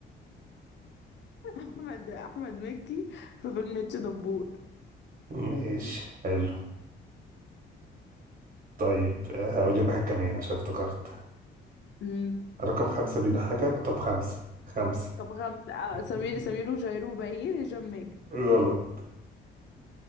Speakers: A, on the left (about 65°); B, on the right (about 45°).
A: احمد احمد مكي في فيلم اتش دبور
B: ماشي حلو طيب آه، هقول لك واحد كمان عشان افتكرت
A: امم
B: رقم خمسة بيضحكك طب خمسة خمسة
A: طب خمسة آه سمير
B: <laughs>
A: سمير وشهير وبهير هشام ماجد
B: غلط